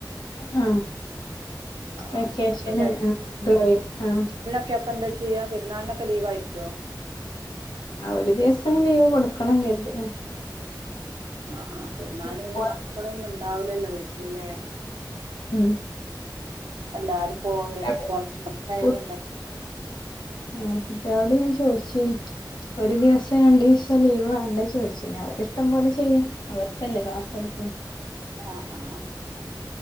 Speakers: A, on the left; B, on the right.
A: ആഹ്
B: ആഹ്
A: വെക്കേഷന്
B: അപ്പൊ
A: ആ ഡ്രോയിങ് ആ
B: ക്യ. അപ്പ എന്താ ചെയ്യാ പെര്ന്നാളിനൊക്ക ലീവായിരിക്കോ
A: ആ ഒരു ദിവസം ലീവ് കൊടുക്കണം കര്തിക്ക്ണ്
B: ആ ആ പെര്ന്നാൾന് പിന്നെ
A: സ്കൂള്
B: മക്കളൊന്നും ഇണ്ടാവുലല്ലോ വീട്ടില്
A: ഉം
B: എല്ലാരും പോകൻ <unintelligible>
A: അവിടെ
B: യാലും
A: കു
B: ഇണ്ടല്ലോ
A: ആ കുട്യോളോട് ഞാൻ ചോയ്ച്ച്നി ഒരു ദിവസം രണ്ടീസം ലീവ് വേണ്ടേ ചോയ്‌ചീനി അവരെ ഇഷ്ടം പോലെ ചെയ്യാ അവര്ക്കല്ലേ ക്ലാസ്സ് ഇട്ക്ക്ണേ
B: ആ ആ